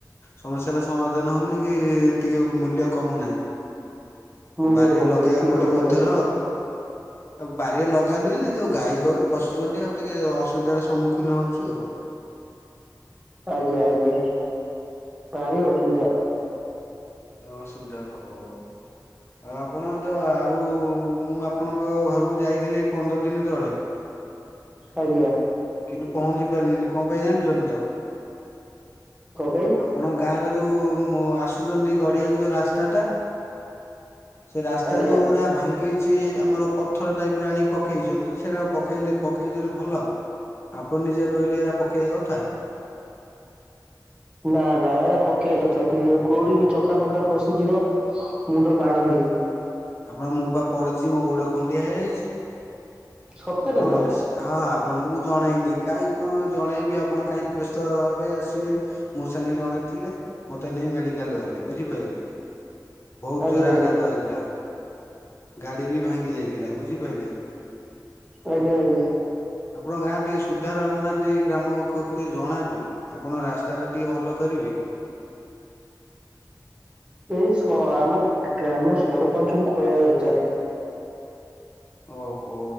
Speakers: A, on the left (about 35°); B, on the right (about 15°).
A: ସମସ୍ୟାର ସମାଧାନ ସମାଧାନ ହେଉନି କି ଟିକେ ମୂଲ୍ୟ କମୁନାହିଁ
B: ମୁୂଲ୍ୟ
A: ବାରିରେ
B: କମୁନି
A: ଲଗେଇବାକୁ
B: ହିଁ ଠିକ
A: ପଡିବ
B: କଥା
A: ଏଥର
B: କହିଲ
A: ଆଉ। ଆଉ ବାରିରେ ଲଗାନ୍ତୁ ଯୋଉ ଗାଈ ଗୋରୁ ପଶୁଛନ୍ତି ଆଉ ଟିକେ ଅସୁବିଧାର ସମ୍ମୁଖୀନ ହଉଛୁ ଆଉ
B: ଆଜ୍ଞା ଆଜ୍ଞା ଭାର ଅସୁବିଧା
A: ଅସୁବିଧା ହ ହଉ ଆଉ ଆପଣ ତ ଆଉ ମୁଁ ଆପଣଙ୍କ ଘରକୁ ଯାଇଥିଲି ପନ୍ଦର ଦିନ ତଳେ
B: ଆଜ୍ଞା
A: କିନ୍ତୁ ପହଞ୍ଚି ପାରିଲିନି କଣ ପାଇଁ ଜାଣିଛନ୍ତି ତ
B: କଣ ପାଇଁ
A: ଆପଣ ଗାଁରେ ଯୋଉ ଆସୁଛନ୍ତି ଗଡିଆକୁ ଯୋଉ ରାସ୍ତା ଟା ସେ ରାସ୍ତା
B: ଆଜ୍ଞା।
A: ଯୋଉ ଗୁରା ଭାଙ୍ଗ ଗିଛି ଆମର ପଥର ଟାଇପ ର ଆଣିକି ପକେଇଛନ୍ତି ସେଟା ପକେଇଲେ ପକେଇଛନ୍ତି ଭଲ ଆପଣ ନିଜେ କହିଲେ ଏଇରା ପକେଇବା କଥା
B: ନା ନା ଏରା ପକେଇବା କଥା ଟ କୋଉଠି ଚକା ଫକା ଖଷିଯିବ ମୁଣ୍ଡ ମାଡ ହେଇଯିବ
A: ଆପଣ ମୋ ପା ପଡିଛି ମୋ ଗୋଡ ଖଣ୍ଡିଆ ହେଇଯାଇଛି
B: ସତରେ
A: ଆପଣଙ୍କ
B: ନା କଣ?
A: ଘର ହଁ ଆପଣଙ୍କୁ ମୁଁ ଜଣେଇନି କାଇହିଁ କଣ ଜଣେଇବି ଆପଣ କାହିଁକି ବ୍ୟସ୍ତ ହେବେ ଆସିବେ ମୋ ସାଙ୍ଗେ ଜଣେ ଥିଲେ ମୋତେ ନେଇ ମେଡ଼ିକାଲ ଗଲେ ବୁଝିପାରିଲି ବହୁତ
B: ଆଜ୍ଞା
A: ଜୋରରେ
B: ଆଜ୍ଞା
A: ଆଘାତ ହେଇଥିଲା ଗାଡ଼ି ବି ଭାଙ୍ଗି ଯାଇଥିଲା ବୁଝିପାଇଲ।
B: ଆଜ୍ଞା ଆଜ୍ଞା।
A: ଆପଣ ଗାଁ ରେ ଟିକେ ସୁଧାର ଆଣୁନାହାନ୍ତି। ଗ୍ରାମ ଗ୍ରାମକୁ ଟିକେ ଜଣାନ୍ତୁ। ଆପଣ ରାସ୍ତା ଟା ଟିକେ ଭଲ କରିବେ।
B: ଏଇ ସ ଆମ ଗ୍ରାମ ସରପଞ୍ଚଙ୍କୁ କହିବା ଦରକାର।
A: ଓହୋ